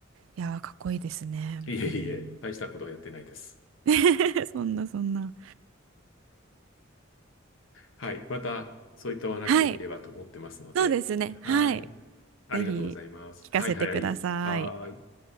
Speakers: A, on the right; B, on the left.
A: いやー、かっこいいですね。
B: いえいえ、
A: うん
B: 大したことはやってないです。
A: <laughs> そんな、そんな。
B: はい。また、そういったお話できればと思ってますので。
A: はい。そうですね。
B: はい。
A: はい。
B: ありがとうございます。
A: ぜひ、聞かせてください。
B: はいはい。はーい。